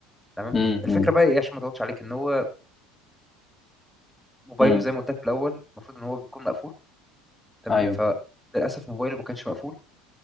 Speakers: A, in the centre; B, on the left.
A: تمام
B: امم
A: الفكره بقى ايه عشان ما اطولش عليك ان هو موبايله
B: امم
A: زي ما قلت لك في الاول المفروض ان هو بيكون مقفول تمام
B: ايوه
A: فللاسف موبايله ما كانش مقفول